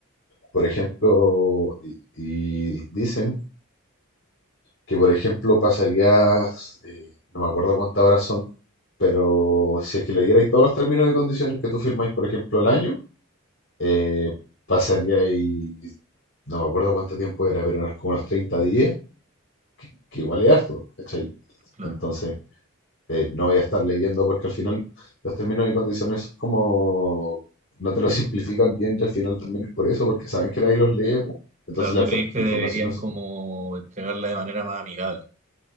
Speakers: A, on the left (about 55°); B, on the right (about 35°).
A: Por ejemplo, y, y dicen que, por ejemplo, pasarías, eh, no me acuerdo cuántas horas son, pero si es que leyerais todos los términos y condiciones que tú firmáis, por ejemplo, al año, eh, pasaríais, no me acuerdo cuánto tiempo era, pero eran como unos 30 días, que, que igual es harto, ¿cachai?
B: claro.
A: Entonces, eh, no voy a estar leyendo porque al final los términos y condiciones son como, no te lo <laughs> simplifican bien y al final también es por eso, porque saben que nadie los lee. po. Entonces
B: Claro,
A: la,
B: ¿tú
A: infor-
B: creéis
A: la
B: que
A: información
B: deberían
A: no,
B: como entregarla de manera más amigable?